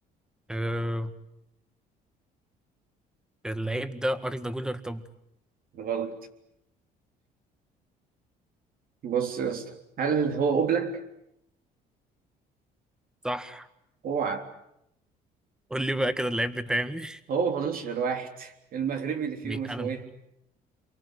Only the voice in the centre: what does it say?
أه... اللعيب ده أردا جولر طب
صح
قول لي بقى كده اللعيب بتاعي
<laughs> مين؟
انا